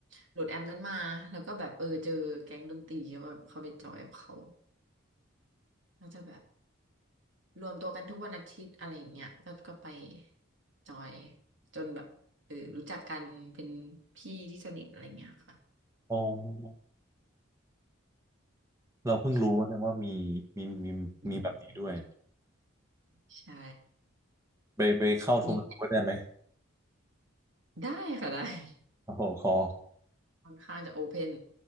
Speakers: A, on the right; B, on the right.
A: โหลดแอปนั้นมาแล้วก็แบบเออเจอแก๊งดนตรีก็แบบเข้าไปจอยกับเขาก็จะแบบรวมตัวกันทุกวันอาทิตย์อะไรอย่างเงี้ยก็ก็ไปจอยจนแบบเออรู้จักกันเป็นพี่ที่สนิทอะไรเงี้ยค่ะ
B: อ๋อ เราเพิ่งรู้ว่าเนี่ยว่ามีมีมีมีแบบนี้ด้วย
A: ใช่อืม ใช่
B: ไปไปเข้าชมรมก็ได้ไหม
A: มีได้ค่ะได้ <laughs>
B: โอ้โหขอ
A: ค่อนข้างจะโอเพน